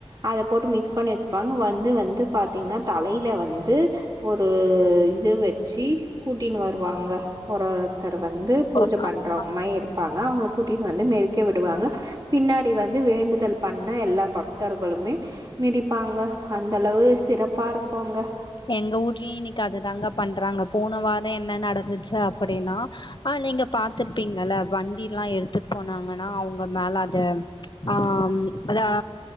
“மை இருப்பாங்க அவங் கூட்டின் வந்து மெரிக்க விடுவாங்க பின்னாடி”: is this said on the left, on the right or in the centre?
Right